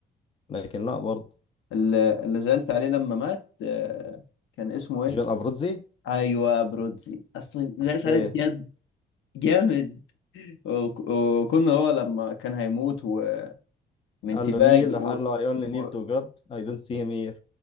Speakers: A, on the left (about 30°); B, on the left (about 75°).
A: لكن لا برضه
B: اللي اللي زعلت عليه لما مات آه كان اسمه ايه
A: جون ابروتزي
B: ايوه برودزي اصل زعلت
A: حسيت
B: عليه بجد جامد وك- وكنا هو لما كان هيموت ومن
A: قال
B: تباج
A: له نيل
B: و...
A: راح قال له اي اونلي
B: و...
A: نيل تو جاد اي دونت سي هيم هير